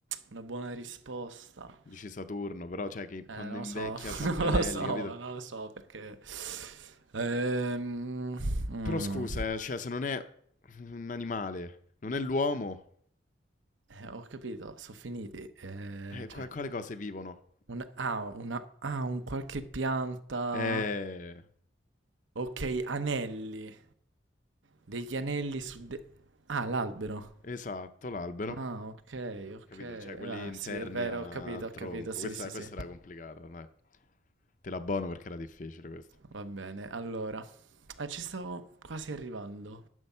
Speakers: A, on the right (about 80°); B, on the left (about 40°).
A: una buona risposta.
B: dici Saturno, però cioè che quando
A: Eh, non
B: invecchia
A: lo so,
B: c'ha
A: <laughs>
B: pianelli,
A: non lo so,
B: capito?
A: non lo so perché... Ehm, mm.
B: Però scusa, eh, cioè se non è un animale, non è l'uomo,
A: Eh, ho capito, sono finiti. Eh,
B: eh, qua-
A: cioè,
B: quale cose vivono?
A: un, ah, una, ah, un qualche pianta.
B: Eh,
A: Ok, anelli. Degli anelli su... de- Ah, l'albero.
B: esatto, l'albero,
A: Ah, ok, ok.
B: capito?
A: Eh,
B: Cioè quelli
A: ah,
B: interni
A: sì, è vero,
B: a-
A: ho capito,
B: al
A: ho
B: tronco,
A: capito. Sì,
B: questa,
A: sì,
B: questa
A: sì.
B: era complicata, dai. Te la buono perché era difficile questa.
A: Va bene. Allora, eh, ci stavo quasi arrivando.